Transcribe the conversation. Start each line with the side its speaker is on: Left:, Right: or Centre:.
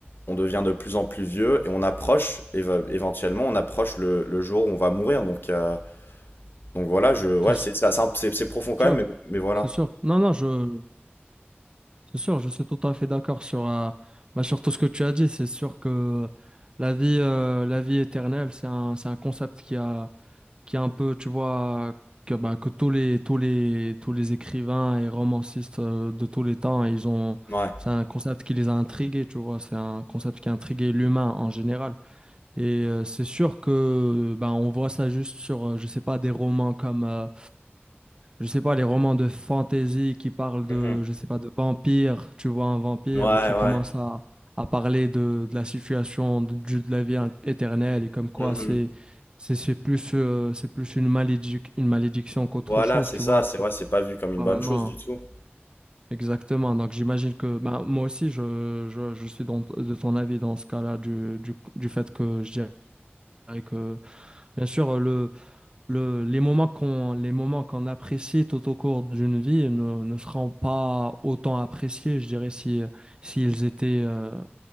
Left: on devient de plus en plus vieux et on approche, éve- éventuellement, on approche le, le jour où on va mourir. Donc euh, donc voilà, je, ouais,
Right: C'est
Left: c'est ça, c'est un- c'est- c'est profond quand
Right: sûr.
Left: même, mais, mais voilà.
Right: C'est sûr. Non, non, je, c'est sûr, je suis tout à fait d'accord sur, euh, bah, sur tout ce que tu as dit. C'est sûr que la vie, euh, la vie éternelle, c'est un, c'est un concept qui a, qui est un peu, tu vois, que, bah, que tous les, tous les, tous les écrivains et romancistes euh, de tous les temps, ils ont,
Left: Ouais.
Right: c'est un concept qui les a intrigués, tu vois, c'est un concept qui a intrigué l'humain en général. Et euh, c'est sûr que ben, on voit ça juste sur, euh, je sais pas, des romans comme, euh, je sais pas, les romans de fantasy qui parlent de,
Left: Mhm.
Right: je sais pas, de vampires. Tu vois un vampire
Left: Ouais,
Right: qui
Left: ouais.
Right: commence à, à parler de, de la situation de, du- de la vie in- éternelle et comme quoi
Left: Mhm.
Right: c'est c'est c'est plus euh, c'est plus une malédic- une malédiction qu'autre
Left: Voilà,
Right: chose.
Left: c'est
Right: Tu
Left: ça,
Right: vois,
Left: c'est ouais, c'est pas vu comme une
Right: Pas
Left: bonne
Right: vraiment.
Left: chose du tout.
Right: Exactement. Donc j'imagine que ben, moi aussi je, je, je suis dans- de ton avis dans ce cas-là du, du, du fait que je dirais que Bien sûr, euh, le, le, les moments qu'on, les moments qu'on apprécie tout au cours d'une vie ne, ne seront pas autant appréciés, je dirais, si, s'ils étaient, euh,